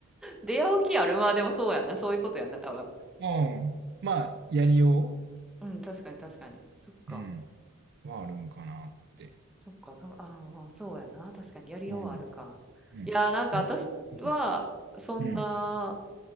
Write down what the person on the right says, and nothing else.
うん。まあ、やりよ
う、うん、はあるんかなって。
うん。うん。
あ、うん。
うん。